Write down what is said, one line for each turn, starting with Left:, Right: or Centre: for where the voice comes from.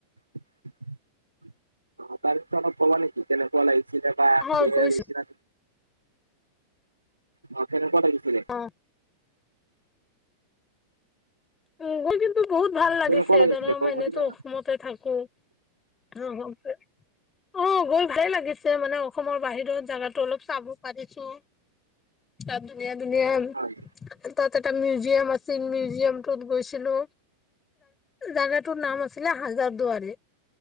Right: অঁ, তাৰ বিষয় অলপ কবা নেকি কেনেকুৱা লাগিছিলে। তাত
Left: হয়
Right: কিহেৰে
Left: গৈছো
Right: গৈছিলা তুমি। অঁ কেনেকুৱা লাগিছিলে?
Left: <unintelligible> উমঁ, গৈ কিন্তু বহুত ভাল লাগিছে,
Right: কেনেকুৱা লাগিছিলে
Left: ধৰা
Right: ক'ব
Left: এনেতো
Right: পাৰিবা?
Left: অসমতে থাকো। <unintelligible> অঁ, গৈ ভালে লাগিছে মানে অসমৰ বাহিৰত জাগাটো অলপ চাব পাৰিছো, তাত ধুনীয়া-ধুনীয়া
Right: হয়।
Left: তাত এটা মিউজিয়াম আছিল মিউজিয়াম টোত গৈছিলো, জাগা টোৰ নাম আছিলে হাজাৰ দুৱাৰী।